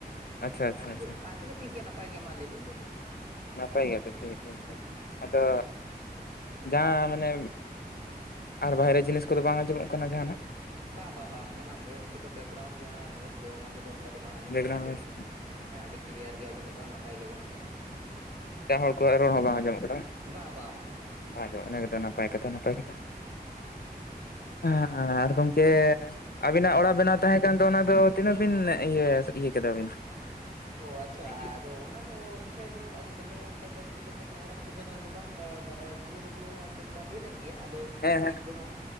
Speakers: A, on the left; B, on the right.
A: ᱟᱪᱪᱷᱟ ᱟᱪᱪᱷᱟ
B: ᱟ ᱦᱤᱛᱳᱜ
A: ᱟᱪᱪᱷᱟ
B: ᱟ ᱦᱤᱛᱳᱜ ᱫᱚ ᱴᱷᱤᱠ ᱜᱮᱭᱟ ᱱᱟᱯᱟᱭ ᱜᱮᱭᱟ ᱢᱟ ᱞᱟᱹᱭᱵᱤᱱ ᱞᱟᱹᱭᱵᱤᱱ᱾
A: ᱱᱟᱯᱟᱭ ᱜᱮᱭᱟ ᱛᱚ, ᱴᱷᱤᱠ ᱴᱷᱤᱠ
B: ᱦᱩᱸ
A: ᱴᱷᱤᱠ,
B: ᱦᱩᱸ ᱦᱩᱸ
A: ᱟᱫᱚ ᱡᱟᱦᱟᱸ ᱢᱟᱱᱮ ᱟᱨ ᱵᱟᱦᱨᱮ ᱡᱤᱱᱤᱥ ᱠᱚᱫᱚ ᱵᱟᱝ ᱟᱸᱡᱚᱢᱚᱜ ᱠᱟᱱᱟ ᱡᱟᱦᱟᱱᱟᱜ?
B: ᱵᱟᱝ ᱵᱟᱝ ᱵᱟᱝ ᱚᱱᱠᱟᱱᱟᱜ ᱵᱷᱚᱭᱮᱥ ᱠᱚᱫᱚ ᱵᱮᱠᱜᱨᱟᱣᱩᱱᱰ ᱡᱟᱦᱟᱸ ᱵᱷᱚᱭᱮᱥ ᱠᱚ ᱚᱱᱟ ᱠᱚᱫᱚ ᱚᱱᱠᱟ ᱫᱚ ᱵᱟᱝ ᱟᱸᱡᱚᱢᱚᱜ
A: ᱵᱮᱠᱜᱨᱟᱣᱩᱱᱰ
B: ᱠᱟᱱᱟ ᱟᱹᱰᱤ
A: ᱵᱷᱚᱭᱮᱥ
B: ᱠᱤ ᱦᱮᱸ ᱟᱹᱰᱤ ᱠᱞᱤᱭᱟᱨ ᱜᱮ ᱟᱸᱡᱚᱢᱚᱜ ᱠᱟᱱᱟ ᱱᱟᱯᱟᱭ ᱜᱮ ᱟᱸᱡᱚᱢᱚᱜ ᱠᱟᱱᱟ ᱦᱮᱸ᱾
A: ᱮᱴᱟᱜ ᱦᱚᱲ ᱠᱚᱣᱟᱜ ᱨᱚᱲ ᱦᱚᱸ ᱵᱟᱝ ᱟᱸᱡᱚᱢᱚᱜ ᱠᱟᱱᱟ ᱵᱟᱝ?
B: ᱵᱟᱝ ᱵᱟᱝ ᱵᱟᱝ ᱵᱟᱝ ᱵᱟ᱾
A: ᱟᱫᱚ ᱚᱱᱟ ᱜᱮᱛᱚ ᱱᱟᱯᱟᱭ ᱠᱟᱛᱷᱟ ᱱᱟᱯᱟᱭ ᱠᱟᱛᱷᱟ᱾ ᱟᱻ ᱟᱨ ᱜᱚᱢᱠᱮ ᱟᱵᱤᱱᱟᱜ ᱚᱲᱟᱜ ᱵᱮᱱᱟᱣ ᱛᱟᱦᱮᱸ ᱠᱟᱱ ᱫᱚ ᱚᱱᱟᱫᱚ ᱛᱤᱱᱟᱹᱜ ᱵᱤᱱ ᱤᱭᱟᱹ ᱤᱭᱟᱹ ᱠᱮᱫᱟ ᱵᱤᱱ?
B: ᱚ ᱟᱪᱪᱷᱟ
A: ᱦᱮᱸ
B: ᱟᱫᱚ ᱚᱱᱟ ᱫᱚ ᱫᱚᱢᱮ ᱛᱳᱜ ᱟᱫᱚ ᱫᱚᱢᱮ ᱚᱱᱠᱟ ᱡᱟᱹᱥᱛᱤ ᱠᱟᱛᱮᱜ ᱦᱚᱸ ᱚᱲᱟᱜ ᱫᱚ ᱵᱮᱱᱟᱣ ᱫᱚ ᱵᱟᱝ ᱢᱟᱱᱮ ᱠᱩᱨᱩᱢᱩᱴᱩ ᱦᱚᱸ ᱪᱮᱥᱴᱟ ᱦᱩᱭ ᱞᱮᱱ ᱜᱮᱭᱟ, ᱟᱫᱚ
A: ᱦᱮᱸ
B: ᱱᱤᱛ ᱫᱚ ᱦᱟᱸᱜ